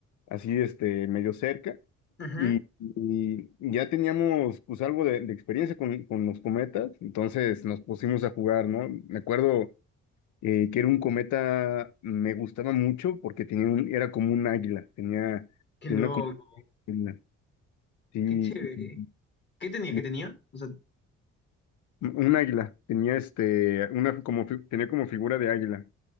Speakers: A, on the left; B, on the left.
A: así este, medio cerca,
B: Ujú,
A: y, y ya teníamos pues algo de, de experiencia con, con los cometas, entonces nos pusimos a jugar, ¿no? Me acuerdo eh, que era un cometa, me gustaba mucho porque tenía un- era como un águila, tenía,
B: Qué
A: tenía
B: loco,
A: una como águila, sí,
B: qué chévere.
A: y,
B: ¿Qué tenía? ¿Qué
A: y
B: tenía? O sea,
A: un águila, tenía este, una como, fi- tenía como figura de águila,